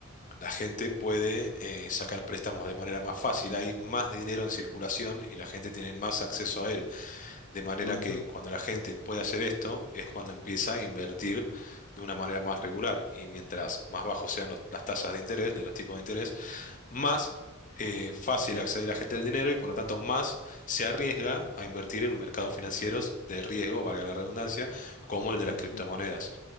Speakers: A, on the left (about 40°); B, on the left (about 75°).
A: la gente puede eh, sacar préstamos de manera más fácil. Hay más dinero en circulación y la gente tiene más acceso a él. De manera
B: ujú,
A: que cuando la gente
B: Sí,
A: puede hacer esto, es cuando empieza a invertir de una manera más regular. Y mientras más bajos sean los- las tasas de interés, de los tipos de interés, más eh, fácil accede la gente al dinero y por lo tanto más se arriesga a invertir en mercados financieros de riesgo, valga la redundancia, como el de
B: ujú,
A: las criptomonedas.